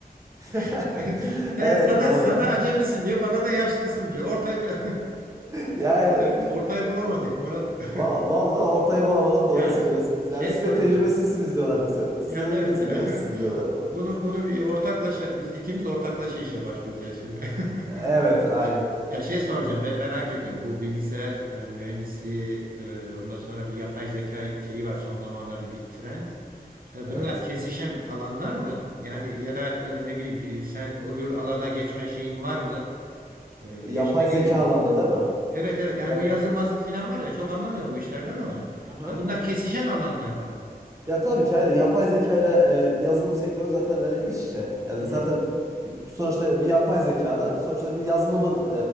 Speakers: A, on the right; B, on the right.
A: <laughs>
B: <laughs> sen
A: Evet
B: sana
A: doğru.
B: sana acemisin diyor bana da yaşlısın diyor. Ortayı <laughs>
A: <laughs> Yani
B: ortayı, ortayı bulamadık Murat. <laughs>
A: va- vallahi ortayı bulamadık
B: Ya
A: doğru söylüyorsunuz.
B: şey
A: Yani size
B: soracağım.
A: tecrübesizsiniz diyorlar bize.
B: Yani
A: Siz de dediğiniz
B: evet ya.
A: gibi yapmışsınız
B: <laughs>
A: diyorlar.
B: Bunu bunu bir ortaklaşa biz ikimiz ortaklaşa işe başvuracağız şimdi. <laughs>
A: Evet aynen.
B: Ya şey soracağım ben merak ediyorum bu bilgisayar e, mühendisliği e, ondan sonra bir yapay zeka şeyi var son zamanlarda bir trend. E,
A: Evet.
B: Bunlar kesişen alanlar mı? Yani ya da e, ne bileyim bir- sen öbür alana geçme şeyin var mı? E,
A: Yapay
B: Geçme
A: zeka
B: gerekiyor
A: alanında
B: mu?
A: değil mi?
B: Evet evet yani
A: Ee,
B: bu yazın mazın filan var ya çok anlamıyorum bu işlerden ama.
A: aha.
B: Yani bunlar kesişen alanlar mı?
A: Ya tabii ki aynen. Yapay zekayla e, yazılım sektörü zaten hani iç içe. Yani
B: Hı,
A: zaten sonuçta bir yapay zekada sonuçta bir yazılımın